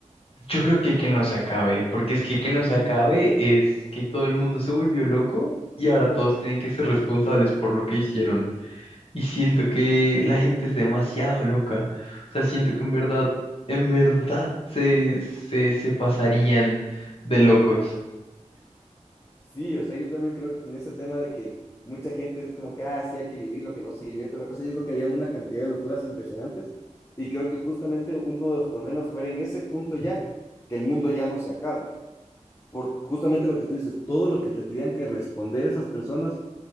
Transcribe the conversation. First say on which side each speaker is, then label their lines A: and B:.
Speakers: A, on the left (about 50°); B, on the left (about 25°).
A: Yo creo que que no se acabe, porque es que que no se acabe es que todo el mundo se volvió loco y ahora todos tienen que ser responsables por lo que hicieron. Y siento que la gente es demasiado loca. O sea, siento que en verdad, en verdad se, se, se pasarían de locos.
B: Sí, o sea, yo también creo que con ese tema de que mucha gente es como que, ah, sí, hay que vivir lo que no se vivió y toda la cosa, yo creo que habían una cantidad de locuras impresionantes y creo que justamente uno de los problemas fue en ese punto ya, que el mundo ya no se acabe, por justamente lo que tú dices, todo lo que tendrían que responder esas personas